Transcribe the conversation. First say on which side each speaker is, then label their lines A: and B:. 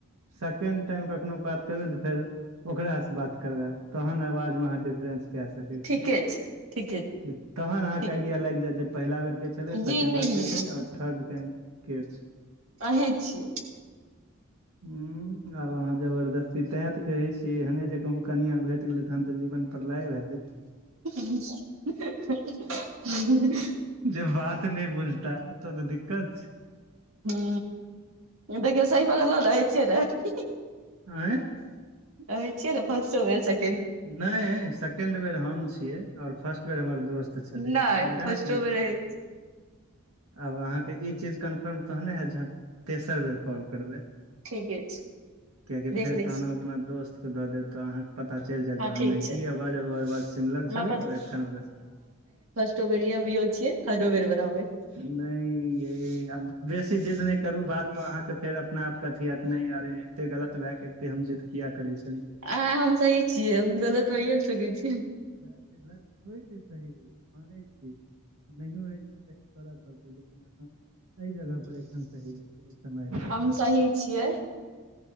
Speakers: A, on the right; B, on the right.
A: सेकेंड टाइम कखनो बात त फेर ओकरासँ बात करबैब तहन आवाजमे अहाँ डिफरेंस कए सकै छी
B: ठीके छैय ठीके।
A: तहन अहाँके
B: ठीक
A: आइडिया लागि जायत जे पहिला बेर के छलै
B: जी
A: सेकेंड
B: नहि
A: बेर के छैय और थर्ड टाइम के छैय।
B: अहीं छियै।
A: उ आब अहाँ जबरदस्ती तैं त कहय छी एहने जे कहूँ कनिया भेट गेलै तहन तऽ जीवन प्रलये भए जेतै।
B: ह ह
A: जे बात नय बुझता ओतऽ त दिक्कत छैय।
B: हू ए देखियौ सही कहलौं ने अहीं छियै ने।
A: आँय।
B: अहीं छियै ने फसटो बेर से
A: नय सेकेंड बेर हम छियै और फर्स्ट बेर हमर दोस्त छलय
B: नहि
A: मजाक
B: <unintelligible>
A: नहि आब अहाँके इ चीज कन्फर्म तहने हैत जहन तेसर बेर कॉल करबय।
B: ठीके छै
A: कियेकि
B: देख
A: फेर
B: लै
A: तहन
B: छी
A: अपना दोस्तके दऽ देब त अहाँके पता च चलि जैत जे हँ
B: ठीक
A: नय
B: छै
A: इ आवाज आ ओ आवाज सिमिलर
B: हमरा
A: छलै और एखन
B: <unintelligible> ोबरिया भी छ <unintelligible> खादो बरोबै
A: नहि यह आब बेसी जिद्द नहि करू, बादमे अहाँकेँ फेर अपना आपके अथी होत नहि अरे एते गलत भए के एते हम जिद्द किया करै छली।
B: आ हम सही छियै, हम गलत होइए ने सकै छी।
A: इएह त लड़की होइ छै सही, मानै छी। नहि हो <unintelligible> पररत लेकिन अहाँ एहि जगह पर एखन सही नहि छै, एहि समय पर
B: हम सही छियै।